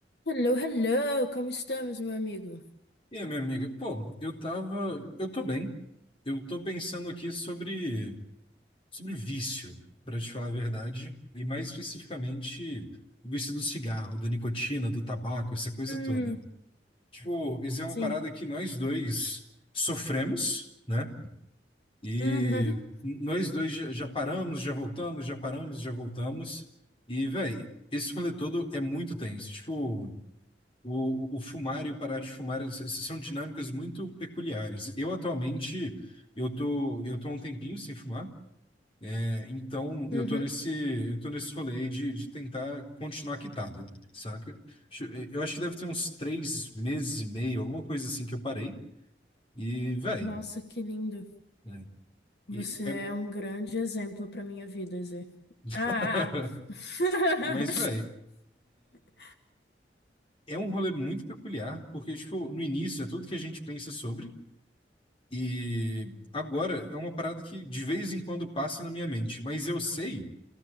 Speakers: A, on the left (about 70°); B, on the left (about 30°).
A: Hello, hello, como estamos, meu amigo?
B: E aí, meu amigo, pô, eu tava, eu tô bem. Eu tô pensando aqui sobre sobre vício, pra te falar a verdade, e mais especificamente o vício do cigarro, da nicotina, do tabaco, essa coisa
A: Hum,
B: toda. Tipo, isso é uma
A: sim.
B: parada que nós dois sofremos, né? E
A: Uhum,
B: nós dois já, já paramos, já voltamos, já paramos, já voltamos. E, véi, esse rolê todo é muito tenso. Tipo, o, o fumar e o parar de fumar s- s- são dinâmicas muito peculiares. Eu atualmente, eu tô, eu tô há um tempinho sem fumar, é, então
A: uhum.
B: eu tô nesse, eu tô nesse rolê aí de, de tentar continuar quitado, saca? Acho- Eu acho que deve ter uns três meses e meio, alguma coisa assim que eu parei. E, véi,
A: Nossa, que lindo.
B: né?
A: Você
B: E é...
A: é um grande exemplo para minha vida, Zé.
B: <laughs>
A: Ah! ah,
B: Mas,
A: ah.
B: véi,
A: <laughs>
B: é um rolê muito peculiar, porque, tipo, no início é tudo que a gente pensa sobre, E agora é uma parada que de vez em quando passa na minha mente, mas eu sei,